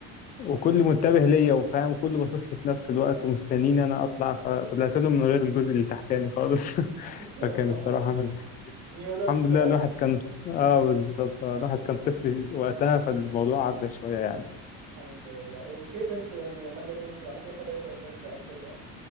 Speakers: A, on the left (about 25°); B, on the right (about 70°).
A: وكل منتبه ليا وفاهم وكل باصص لي في نفس الوقت ومستنيني انا اطلع فطلعت لهم من غير الجزء اللي تحتاني خالص <laughs>
B: <laughs>
A: فكان الصراحه من
B: نيولوك
A: الحمد لله
B: ها
A: الواحد كان اه بالظبط آه الواحد كان طفل وقتها فالموضوع عدى شويه يعني
B: الحمد لله وكيف انت يعني حليت المشكلة على طول خذيتها ولبستها على السريع